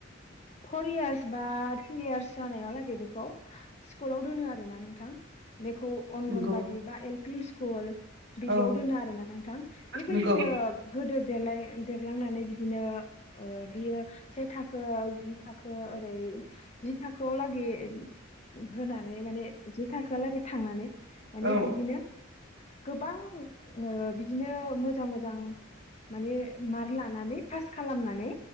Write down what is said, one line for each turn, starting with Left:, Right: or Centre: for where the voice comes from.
Left: फर इयार्स बा थ्रि यार्स जानाया लागै बेखौ स्कुलाव दोनो आरोना नोंथां बेखौ अंगनबादि
Right: नंगौ
Left: बा एल पि स्कुल बिदियाव
Right: औ
Left: दोनो आरोना नोंथां बेबायदिनो
Right: नंगौ
Left: गोदो देलाइ दे लांनानै बिदिनो बियो से थाखो जि थाखो ओरै हाखौ लागि होना माने जि थाखोआ लागै थांनानै माने
Right: औ
Left: बिदिनो गोबां बिदिनो ओ मोजां मोजां माने मार्क लानानै पास खालामनानै